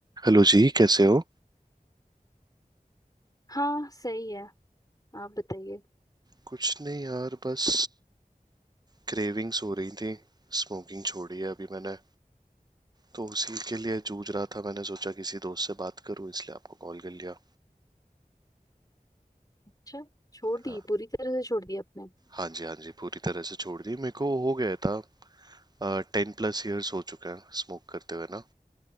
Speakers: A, on the right; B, on the left.
A: हेलो जी कैसे हो
B: हाँ सही है आप बताइए
A: कुछ नहीं यार बस क्रेविंग्स हो रही थी स्मोकिंग छोड़ी है अभी मैंने तो उसी के लिए जूझ रहा था मैंने सोचा किसी दोस्त से बात करूं इसलिए आपको कॉल कर लिया
B: अच्छा छोड़ दी
A: हाँ
B: पूरी तरह से छोड़ दी आपने
A: हाँ जी हाँ जी पूरी तरह से छोड़ दी मेरे को हो गया था टेन प्लस इयर्स हो चुके हैं स्मोक करते हुए ना